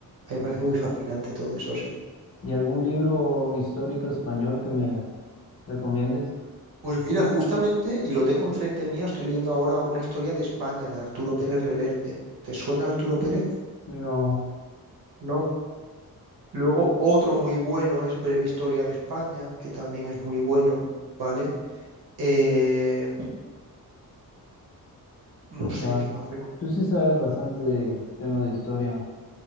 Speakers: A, on the right (about 80°); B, on the left (about 40°).
A: A mí me parece muy fascinante todo eso, sí.
B: ¿Y algún libro histórico español que me recomiendes?
A: Pues mira, justamente, y lo tengo enfrente mía, estoy leyendo ahora una historia de España de Arturo Pérez Reverte. ¿Te suena Arturo Pérez?
B: No,
A: No. Luego otro muy bueno es Breve Historia de España, que también es muy bueno, ¿vale? Eh, no
B: ufa,
A: sé qué más reco-
B: tú sí sabes bastante de temas de historia.